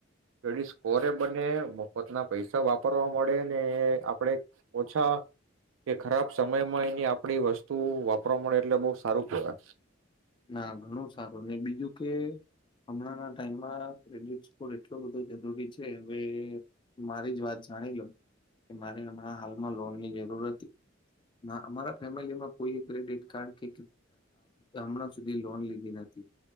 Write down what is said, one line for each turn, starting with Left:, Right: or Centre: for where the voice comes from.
Right: ક્રેડિટ સ્કોરે બને, મફતના પૈસા વાપરવા મળે ને આપણે ઓછા કે ખરાબ સમયમાં એની આપણી વસ્તુ વાપરવા મળે એટલે બહુ સારું કેહવાય.
Left: ના ઘણું સારું. ને બીજું કે હમણાં ના ટાઈમમાં ક્રેડિટ સ્કોર એટલો બધો જરૂરી છે હવે મારી જ વાત જાણી લઉ, કે મારે હમણાં હાલમાં લોનની જરૂર હતી ના અમારા ફેમિલીમાં કોઈ ક્રેડિટ કાર્ડ કે <unintelligible> હમણાં સુ ની લોન લીધી હતી